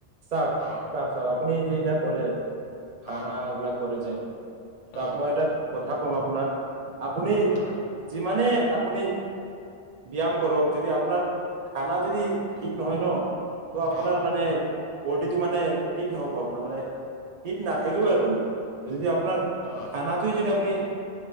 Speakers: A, on the right (about 80°); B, on the left (about 85°).
A: চাওক
B: অ',
A: চাওক চাওক আপুনি যে এতিয়া ক'লে খানা
B: অ',
A: ল কলে যে তাক
B: অ',
A: মই এটা কথা কম আপোনাক আপুনি
B: অ', অ',
A: যিমানে আপুনি ব্যায়াম কৰক যদি আপোনাৰ খানা যদি ঠিক নহয় ন ত' আপোনাৰ
B: অ'।
A: মানে বডীটো মানে ফিট নহ'ব আপোনাৰ মানে ফিট না থাকিবই আপুনি যদি আপোনাৰ
B: অ'।
A: খানাটোই যদি আপুনি